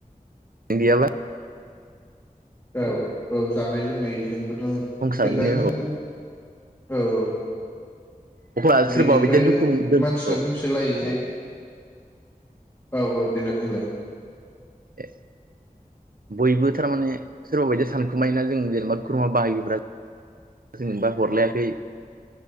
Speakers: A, on the right (about 70°); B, on the left (about 15°).
A: <unintelligible>
B: औ औ जानाय लोंनायजोंबोनो
A: संसारानो
B: जेनबा नों
A: औ
B: औ औ।
A: अब्ला सोरबा
B: बेनिफ्राय
A: बायदिया दुखु दोन
B: मानसिफोरा
A: औ
B: बुंसोलायो जे औ औ देलाय बुंलाय
A: ए, बयबो थारमाने सोरबा बायदि सानखुमायोना जों जेनेबा खुरुमा बाहागिफोरा जोंनोबा हरलायाखै